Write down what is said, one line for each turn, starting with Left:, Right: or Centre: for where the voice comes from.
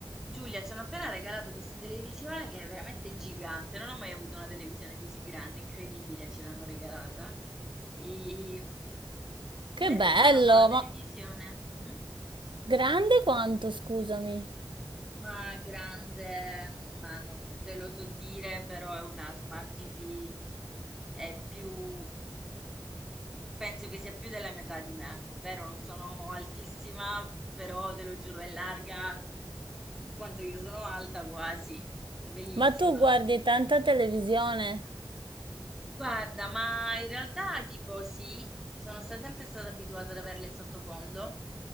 Centre: Giulia, ci hanno appena regalato questa televisione che è veramente gigante. Non ho mai avuto una televisione così grande, incredibile, ce l'hanno regalata. E...
Right: Che
Centre: Ma in
Right: bello,
Centre: realtà non ho la televisione,
Right: ma
Centre: Mhm.
Right: grande quanto, scusami.
Centre: ma grande, ma non te lo so dire, però è una smart TV, è più, penso che sia più della metà di me, vero? Non sono altissima, però te lo giuro, è larga quanto io sono alta quasi, è bellissima.
Right: Ma tu guardi tanta televisione?
Centre: Guarda, ma in realtà tipo sì, sono sta- sempre stata abituata ad averla in sottofondo